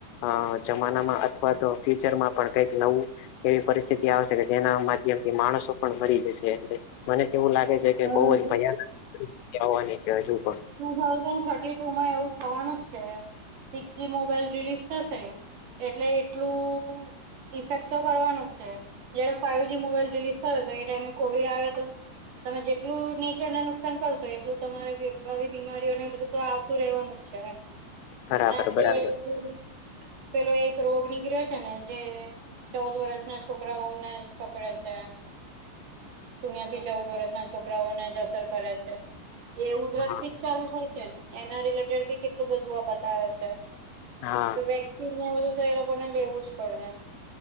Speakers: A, on the left; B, on the right.
A: અ જમાનામાં અથવા તો ફ્યુચર માં પણ કઈક નવું એવી પરિસ્થિતિ આવશે કે જેના માધ્યમ થી માણસો પણ મરી જશે એટ મને કેવું લાગે છે કે
B: હા
A: બહુ જ ભયાનક પરિસ્થિતિ આવવાની છે હજુ પણ
B: ટુ થાઉઝન્ડ થર્ટી ટુ માં એવું થવાનું જ છે સિક્સ જી મોબાઈલ રિલીઝ થશે એટલે એટલું ઇફેક્ટ તો કરવાનું જ છે જયારે ફાઈઇવ જ મોબાઈલ રિલીઝ થયો હતો એ ટાઈમે કોવિડ આવ્યો હતો તમે જેટલું નેચરને નુકસાન કરશો એટલું તમારે આવી બીમારીઓને બધું તો આવતું રહેવાનું અચ્છા એમ
A: બરાબર
B: અને અત્યારે
A: બરાબર
B: પેલો એક રોગ નીકળ્યો છે ને જે ચૌદ વર્ષના છોકરાઓને જ પકડે છે એમ શૂન્યથી ચૌદ વર્ષના છોકરાઓને જ અસર કરે છે એ ઉધરસ
A: હા
B: થી જ ચાલુ થાય એના રિલેટેડી કેટલું બધું બતાવે છે
A: હા
B: એટલે જુ તો એ લોકોને લેવું જ પડેમ